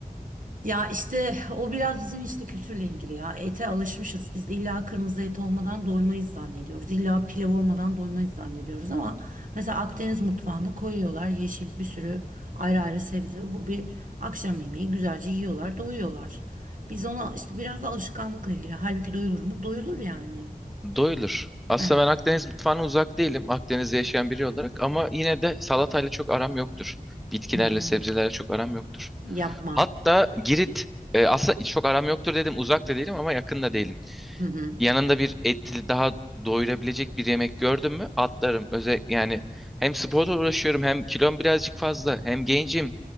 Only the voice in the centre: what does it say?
Doyulur. Aslında
ben Akdeniz mutfağına uzak değilim. Akdeniz'de yaşayan biri olarak ama yine de salatayla çok aram yoktur. Bitkilerle,
sebzelerle çok aram yoktur.
Hatta Girit e, aslında çok aram yoktur dedim. Uzak da değilim ama yakın da değilim.
Yanında bir etli daha doyurabilecek bir yemek gördüm mü atlarım. Özellikle yani hem sporla uğraşıyorum hem kilom birazcık fazla hem gencim